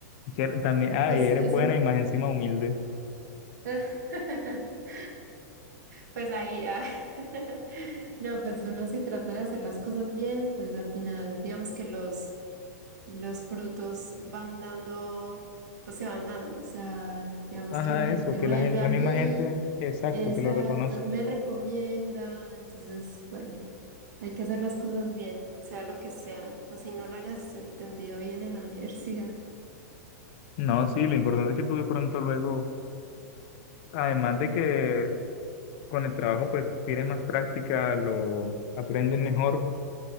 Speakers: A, on the left; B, on the right.
A: Quier- También, ah,
B: pues
A: y eres
B: eso.
A: buena y más encima humilde.
B: <laughs> Pues ahí, ah. <laughs> No, pues uno si trata de hacer las cosas bien, pues al final, digamos que los, los frutos van dando, pues se van dando. O sea, digamos
A: Ajá,
B: que la gente
A: eso, que
B: vuelve
A: la gente,
B: a
A: la
B: mí,
A: misma gente, exacto,
B: exacto,
A: que lo reconoce.
B: me recomienda. Entonces, bueno. Hay que hacer las cosas bien, sea lo que sea, así no lo hayas entendido bien en la universidad.
A: No, sí, lo importante es que tú de pronto luego, además de que con el trabajo pues tienes más práctica, lo aprendes mejor,